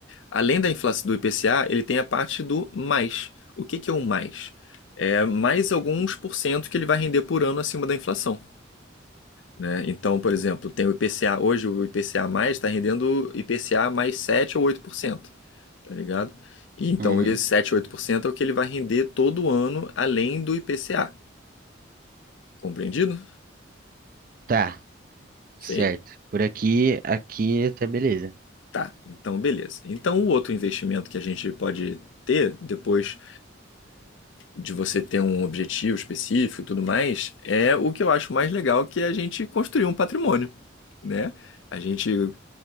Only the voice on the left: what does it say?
Além da inflação do IPCA, ele tem a parte do mais. O que, que é o mais? É mais alguns por cento que ele vai render por ano acima da inflação. Né? Então, por exemplo, tem o IPCA, hoje o IPCA mais está rendendo IPCA mais sete ou oito por cento tá ligado? E então,
esse sete oito por cento é o que ele vai render todo ano, além do IPCA. Compreendido?
Feio.
Tá, então beleza. Então, o outro investimento que a gente pode ter, depois de você ter um objetivo específico e tudo mais, é o que eu acho mais legal, que é a gente construir um patrimônio, né? A gente